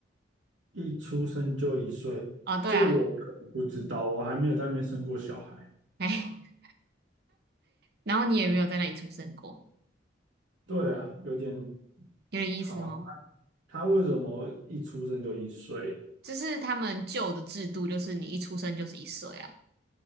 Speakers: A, on the right (about 80°); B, on the right (about 55°).
A: 一出生就一岁，
B: 哦，对啊，
A: 这我可不知道，我还没有在那边生过小孩。
B: 哎。然后你也没有在那里出生过，
A: 对啊，有点
B: 有点意思哦。
A: 好。他为什么一出生就一岁？
B: 就是他们旧的制度，就是你一出生就是一岁啊。